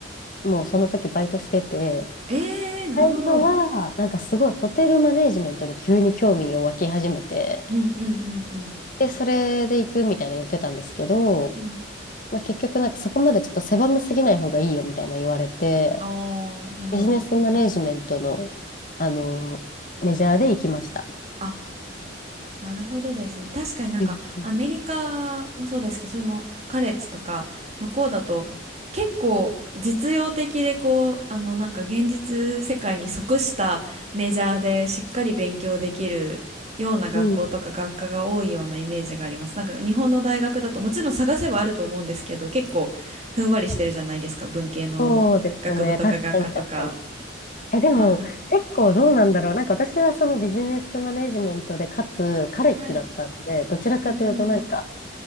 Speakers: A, on the left; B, on the right.
A: もうその時バイトしてて、
B: えんえー、なるほど。
A: 最初は、なんかすごいホテルマネージメントに急に興味を湧き始めて、
B: うんうんうんう
A: で、それで行くみたいな言ってたんですけど、
B: ん。うん。
A: まあ、結局なんかそこまでちょっと狭めすぎない方がいいよみたいな言われて、
B: ああ、なるほど。
A: ビジネスマネージメントの、あの、メジャーで行きました。
B: あ、なるほどですね。確かになんかアメリカもそうですけど、
A: うんうん
B: そのカレッジとか向こうだと結構実用的でこう、あのなんか現実世界に即したメジャーでしっかり勉強できるような学校とか学科が多いようなイメージがあります。
A: うん、
B: なんか日本の大学だともちろん探せばあると思うんですけど、結構ふんわりしてるじゃないですか、文系の学部とか学科とか。
A: そうですね。確かに確かに。え、でも結構どうなんだろう。
B: あ、な、
A: なんか私はそのビジネスマネージメントで、かつカレッジだったんで、
B: はい。
A: どちらかというとなんか
B: うんうんうん。